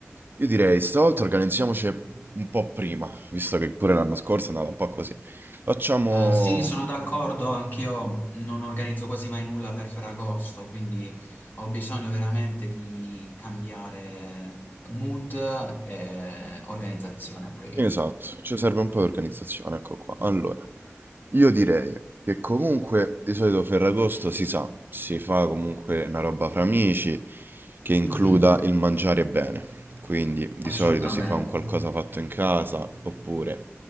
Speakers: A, on the right; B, on the left.
A: Io direi, stavolta organizziamoci un po' prima, visto che pure l'anno scorso è andata un po' così. Facciamo
B: Eh, sì, sono d'accordo, anch'io non organizzo quasi mai nulla per Ferragosto, quindi ho bisogno veramente di cambiare mood e organizzazione pure io.
A: Esatto, ci serve un po' di organizzazione, ecco qua. Allora, io direi che comunque di solito Ferragosto si sa, si fa comunque una roba fra amici che includa
B: Mhm,
A: il mangiare bene. Quindi di
B: assolutamente.
A: solito si fa un qualcosa fatto in casa oppure